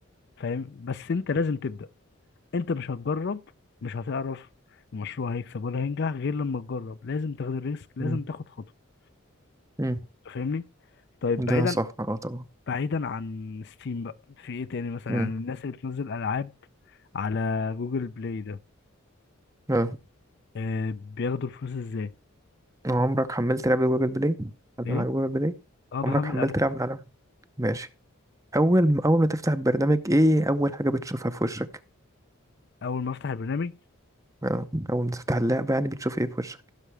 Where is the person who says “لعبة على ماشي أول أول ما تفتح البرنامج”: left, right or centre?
Right